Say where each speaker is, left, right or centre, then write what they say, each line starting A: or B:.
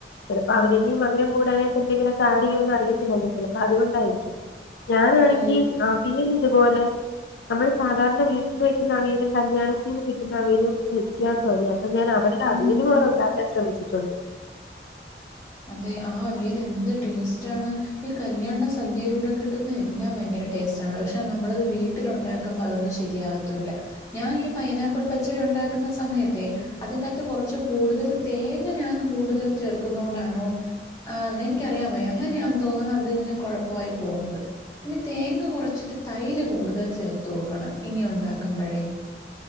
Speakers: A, on the left; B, on the left.
A: ചെലപ്പോ അവര് മധുരം കൂടാനായിട്ട് എന്തെങ്കിലൊക്കെ ആടെയ്യൊന്ന് അറിയത്തില്ലല്ലോ ചിലപ്പോ അതുകൊണ്ടായിരിക്കും. ഞാനാണെങ്കി
B: ഓ
A: അവിയല് അതുപോലെ നമ്മള് സാധാരണ വീട്ടില് വെക്കുന്ന അവിയലും കല്യാണത്തിന് കിട്ടുന്ന അവിയലും വ്യത്യാസോലെ? പ്പ ഞാനവരുടെ
B: ഉം
A: അവിയലു പോലു ഉണ്ടാക്കല് ശ്രമിച്ചിട്ടുണ്ട്.
B: അതെ ആ അവിയൽ എന്ത് ടേസ്റ്റാണ് ഈ കല്യാണ സദ്യയിലൂടെ കിട്ടുന്ന എല്ലാം ഭയങ്കര ടേസ്റ്റാണ് പക്ഷെ നമ്മള് വീട്ടില് ഉണ്ടാക്കുമ്പോ അതൊന്നും ശരിയാവത്തൂല്ല ഞാൻ ഈ പൈനാപ്പിൾ പച്ചടി ഉണ്ടാക്കുന്ന സമയത്തെ അതിൻ്റാത്ത് കൊറച്ച് കൂടുതല് തേങ്ങ ഞാൻ കൂടുതൽ ചേർക്കുന്നോണ്ടാ ണോ ആന്നെനിക്കറിയാൻ വയ്യ, അങ്ങനെയാന്ന് തോന്നണ് അതിങ്ങനെ കൊഴപ്പായി പോവുന്നത്, ഇനി തേങ്ങ കൊറച്ചിട്ട് തൈര് കൂടുതൽ ചേർത്ത് നോക്കണം ഇനി ഉണ്ടാക്കുമ്പഴേ